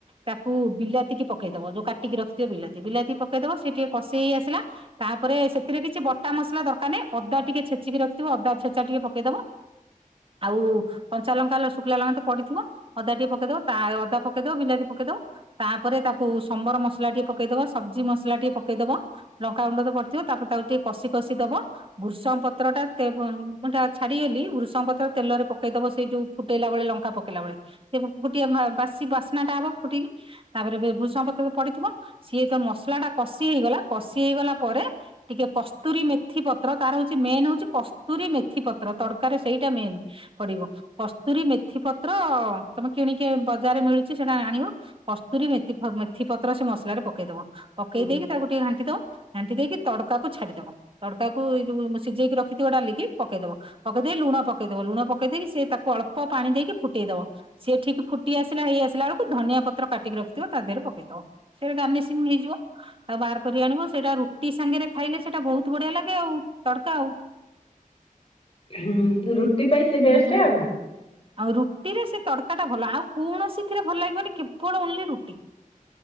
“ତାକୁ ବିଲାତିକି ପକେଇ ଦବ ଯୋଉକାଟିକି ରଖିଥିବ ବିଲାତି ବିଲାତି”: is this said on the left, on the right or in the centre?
Right